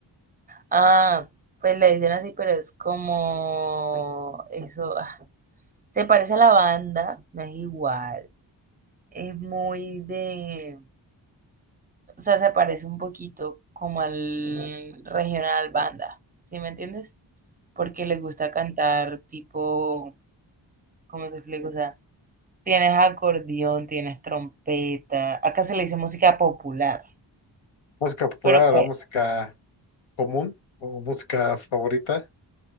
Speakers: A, on the right; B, on the left.
A: Ah, pues le dicen así, pero es como eso, ah, se parece a la banda, no es igual, es muy de, o sea, se parece un poquito como al regional banda, ¿sí me entiendes? Porque les gusta cantar tipo, ¿cómo te explico? O sea, Tienes acordeón, tienes trompeta. Acá se le dice música popular.
B: Música popular,
A: Pero pues,
B: la música común o música favorita.